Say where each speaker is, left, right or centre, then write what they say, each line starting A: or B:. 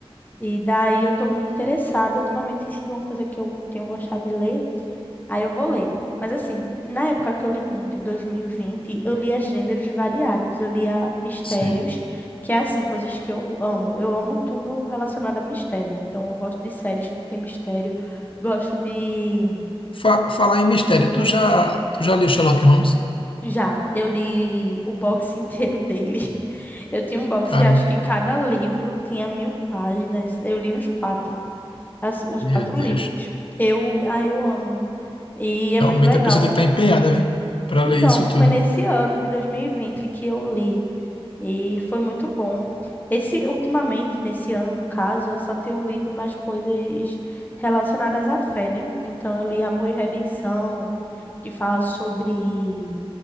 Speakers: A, on the left (about 15°); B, on the left (about 60°).
A: E daí eu estou muito interessada, ultimamente tem sido uma coisa que eu tenho gostado de ler, Aí eu vou ler. Mas assim, na época que eu li muito, em 2020, eu lia gêneros variados. Eu lia mistérios,
B: sim.
A: que é assim, coisas que eu amo. Eu amo tudo relacionado a mistério. Então, eu gosto de séries que tem mistério. Gosto de.
B: Fa- falar em mistério, tu já, tu já leu Sherlock Holmes?
A: Já, eu li o box inteiro dele. <laughs> Eu tinha um box
B: Caramba,
A: e acho que cada livro tinha mil páginas. Eu li os quatro, as- os
B: meu
A: quatro
B: Deus.
A: livros. Eu, ah, eu amo. E é
B: Realmente
A: muito legal.
B: a pessoa tem que estar empenhada, viu? Pra
A: Então,
B: ler isso
A: foi
B: tudo.
A: nesse ano de 2020 que eu li e foi muito bom. Esse ultimamente, nesse ano, no caso, eu só tenho lido mais coisas relacionadas à fé, né? Então, eu li Amor e Redenção, que fala sobre